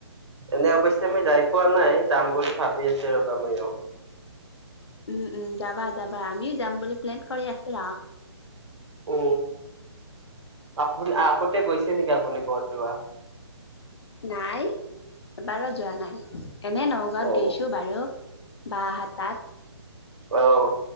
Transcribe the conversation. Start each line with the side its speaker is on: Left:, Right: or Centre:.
Right: এনে অৱশ্যে মই যাই পোৱা নাই যাম বুলি ভাবি আছো ৰবা ময়ো।
Left: উম উম যাবা যাবা আমিও যাম বুলি প্লেন কৰি আছো আৰু
Right: অ, আপুনি আগতে গৈছে, গৈছে নেকি আপুনি বৰদোৱা,
Left: নাই এবাৰো যোৱা নাই। এনে নগাঁৱত
Right: অ
Left: গেইছো বাৰু বা হাৰ তাত।
Right: অ,